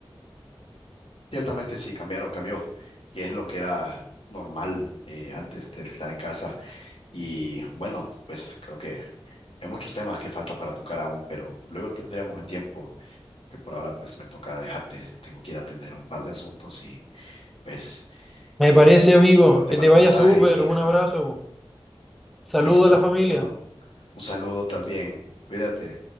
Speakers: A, on the left; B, in the centre.
A: Ciertamente sí, cambiaron, cambió, y es lo que era normal eh, antes de estar en casa. Y bueno, pues creo que hay muchos temas que falta para tocar aún, pero luego tendremos el tiempo que por ahora pues me toca dejarte, tengo que ir a atender un par de asuntos y pues
B: Me
A: ahí
B: parece, amigo,
A: luego te
B: que
A: mando
B: te vaya
A: un mensaje
B: súper,
A: y
B: un
A: ah,
B: abrazo, saludo
A: listo.
B: a la familia.
A: Bueno, un saludo también, cuídate.